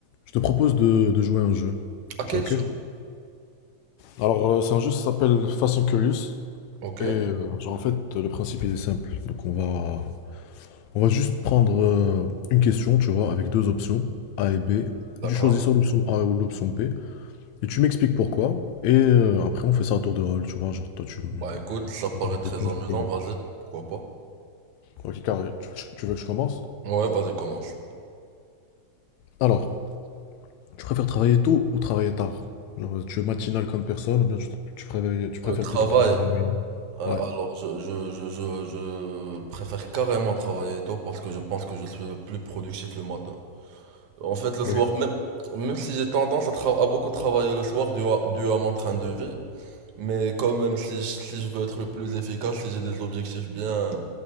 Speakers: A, on the left (about 80°); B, on the right (about 85°).
A: Je te propose de, de jouer à un jeu.
B: À quel
A: Tu es OK?
B: jeu?
A: Alors, euh, c'est un jeu qui s'appelle Fast and Curious.
B: Ok,
A: Et euh, genre, en fait, le principe, il est simple. Donc, on va, on va juste prendre euh, une question, tu vois, avec deux options, A et B. Et
B: d'accord.
A: tu choisis soit l'option A ou l'option B. Et tu m'expliques pourquoi. Et euh, après, on fait ça à tour de rôle, tu vois. Genre, toi, tu me
B: Bah écoute, ça
A: tu
B: paraît
A: me poses une
B: très
A: question,
B: amusant,
A: je te pose une
B: vas-y,
A: question.
B: pourquoi pas?
A: OK, carré. Tu, tu- tu veux que je commence?
B: Ouais, vas-y, commence.
A: Alors, tu préfères travailler tôt ou travailler tard? Genre, tu es matinal comme personne ou bien tu, tu préfères, tu préfères
B: Le travail,
A: plutôt travailler la nuit?
B: euh,
A: Ouais.
B: alors je, je, je, je, je préfère carrément travailler tôt parce que je pense que je suis le plus productif le matin. En fait, le
A: Ok,
B: soir, même, même si j'ai tendance à, tra- à beaucoup travailler le soir dû à, dû à mon train de vie, mais quand même, si, je- si je veux être le plus efficace, si j'ai des objectifs bien,